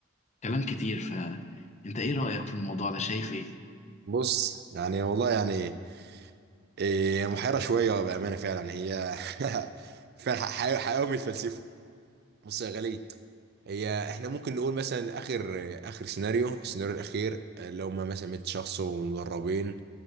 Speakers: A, on the left; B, on the right.
A: كلام كتير فأنت إيه رأيك في الموضوع ده شايف إيه؟
B: بص يعني والله يعني إيه، محيرة شوية بأمانة فعلا يعني هي <laughs> فعلا حقيقة حقيقة بيتفلسفوا بص يا غالي هي احنا ممكن نقول مثلا اخر اخر سيناريو السيناريو الاخير اللي هم مثلا 100 شخص ومدربين